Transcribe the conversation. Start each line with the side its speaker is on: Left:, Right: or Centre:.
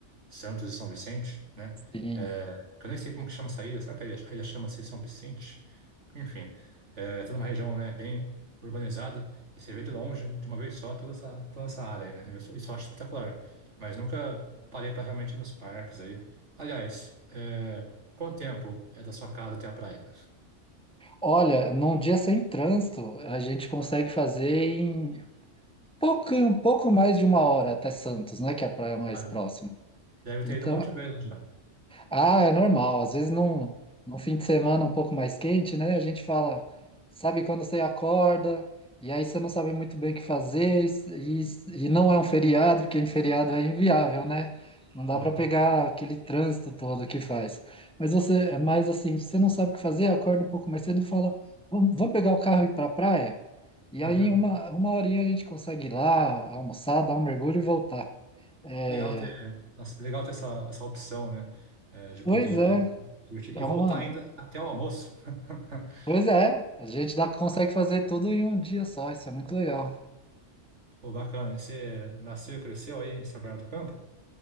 Right: Santos e São Vicente, né?
Centre: sim.
Right: é, que eu nem sei como que chama essa ilha. Será que a ilha, a ilha chama-se São Vicente? Enfim, é toda uma região, né, bem urbanizada e você vê de longe, de uma vez só, toda essa, toda essa área aí, né? Eu Isso, isso eu acho espetacular. Mas nunca parei para realmente ir nos parques aí. Aliás, é, quanto tempo é da sua casa até a praia?
Centre: Olha, num dia sem trânsito, a gente consegue fazer em pouco, um pouco mais de uma hora até Santos, né? Que é a praia mais
Right: Caramba,
Centre: próxima.
Right: deve
Centre: Então
Right: ter ido um monte de vezes já.
Centre: ah, é normal. Às vezes num, num fim de semana um pouco mais quente, né? A gente fala, sabe quando você acorda, e aí você não sabe muito bem o que fazer, e, e e não é um feriado, porque em feriado é inviável, né? Não dá
Right: Uhum.
Centre: para pegar aquele trânsito todo que faz. Mas você, mas assim, você não sabe o que fazer, acorda um pouco mais cedo e fala, vamos, vamos pegar o carro e ir para a praia? E
Right: <laughs>
Centre: aí uma, uma horinha a gente consegue ir lá, almoçar, dar um mergulho e voltar. É,
Right: Legal ter, nossa, legal ter essa, essa opção, né? é, de
Centre: pois
Right: poder ir
Centre: é,
Right: lá curtir e
Centre: é
Right: voltar
Centre: uma.
Right: ainda até o almoço. <laughs>
Centre: Pois é, a gente dá, consegue fazer tudo em um dia só, isso é muito legal.
Right: Pô, bacana. E Você nasceu e cresceu aí em São Bernardo do Campo?